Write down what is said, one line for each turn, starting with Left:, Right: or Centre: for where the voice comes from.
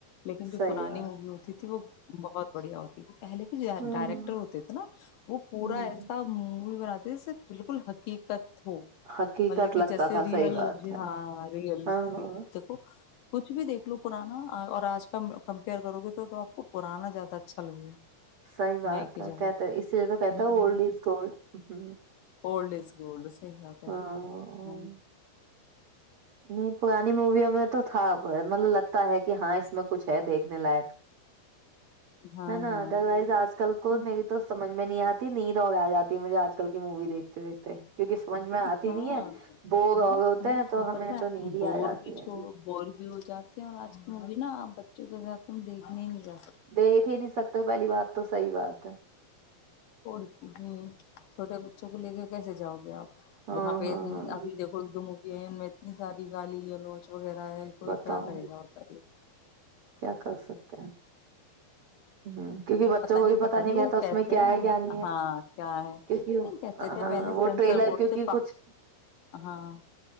Left: لیکن جو
Right: صحیح
Left: پرانی
Right: بات
Left: مووی ہوتی تھی وہ بہت بڑھیا ہوتی تھی لے کے
Right: ہمم
Left: ڈائریکٹر ہوتے تھے نا وہ پورا
Right: ہوں
Left: ایسا مووی بناتے ا س بالکل حقیقت ہو مطل
Right: حقیقت
Left: کہ
Right: لگتا
Left: جیسے
Right: تھا
Left: ریئل
Right: صحیح بات ہے
Left: ہاں ریئل
Right: ہاں ہاں
Left: دیکھو کچھ بھی دیکھ لو پرانا اور آج ک کمپیئر کرو گے تو تو آپ کو پرانا زیادہ اچھا لگے گا
Right: صحی بات
Left: نئے کی
Right: ہے
Left: جگہ
Right: کہتے اسی لیے تو کہتا
Left: ہوں
Right: ہے اولڈ از گولڈ ہ
Left: اولڈ از گولڈ صی ہے پ
Right: ہاں
Left: ہ
Right: نہیں پرانی موویوں میں تو تھا مطلب لگتا ہے کہ ہاں اس میں کچھ ہے دیکھنے لائق
Left: ہاں
Right: ہے نا
Left: ہاں
Right: ادر وائز آج کل کو
Left: ہم-
Right: میری تو سمجھ میں نہیں آتی نیند ہوگ جاتی مجھے آج کل کی موی دیکھ دیک دیکھتے کیونکہ سمجھ میں آتی
Left: ہاں
Right: نہیں ہے بوگ ووگ
Left: نہیں
Right: ہوتے
Left: کیا
Right: ہیں تو ہمیں
Left: پتا
Right: نیند ہی
Left: بور
Right: آ جاتی
Left: بھی
Right: ہے
Left: چو بور بھیو جاتے ہیں اور آج ت بھی نا بچوں کے ساتھ تم دیکنے ہی نہیں جاتے
Right: دیکھ ہی نہیں سکتے پہلی بات تو صحی بات ہے
Left: پڑچ ہ چھوٹے بچوں کو لے کے کیسے جاؤ گے آپ
Right: ہاں
Left: وہاں پہ
Right: ہاں ہاں
Left: ابھی دیکھو ایک دم اگیئی ان میں اتنی ساری گالی ہے لوگ وغیرہ ہے کوئی
Right: بتاؤ
Left: کیا کرے گا اور کرے
Right: کیا کر سکتے ہیں ہ کیونکہ
Left: وہ
Right: بچوں
Left: پت
Right: کو بھی
Left: پت
Right: پتا نہیں
Left: وہ
Right: گتا اس
Left: کیسے
Right: میں کیا
Left: ہیں
Right: ہے کیا نہیں ہے
Left: ہاں کیا ہے
Right: کیونکہ
Left: یہ کہتے تھے
Right: ہاں
Left: پہلے
Right: وہ
Left: سینسر
Right: ٹریلر
Left: بڈ
Right: کیونکہ
Left: سے
Right: کچھ
Left: ہاں